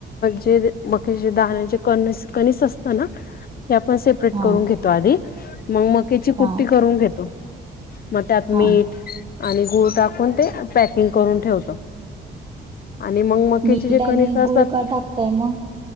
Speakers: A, on the left (about 50°); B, on the right (about 25°).
A: जे मक्याचे दण्याचे कणीस कणीस असत ना ते आपण सेप परेट
B: हा
A: करून घेतो आधी मग मक्याची कुट्टी
B: हा
A: करून घेतो. मग त्यात मीठ
B: हा
A: आणि गुळ टाकून ते पॅकिंग करून ठेव आणि मग मक्याचे
B: मीठ
A: जे कणिस
B: आणि
A: असतात-
B: गुळ का टाकताय मग